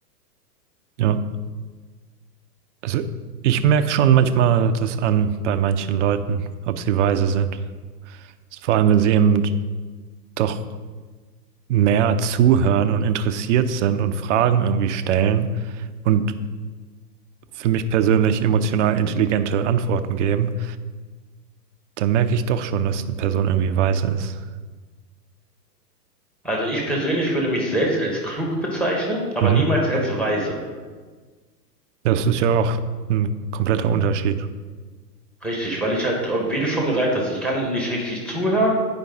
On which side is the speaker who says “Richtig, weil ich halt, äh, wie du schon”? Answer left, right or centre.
Centre